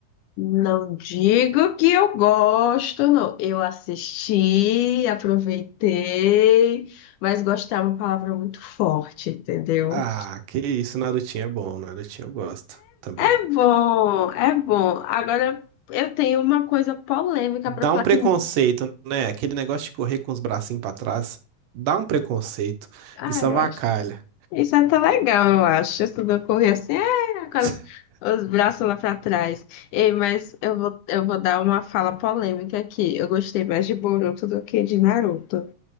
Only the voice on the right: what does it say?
Ah, que isso, Narutinho é bom, Narutinho eu gosto também.
Dá
um preconceito,
né? Aquele negócio de correr com os bracinhos pra trás, dá um preconceito.
Isso avacalha.
<laughs>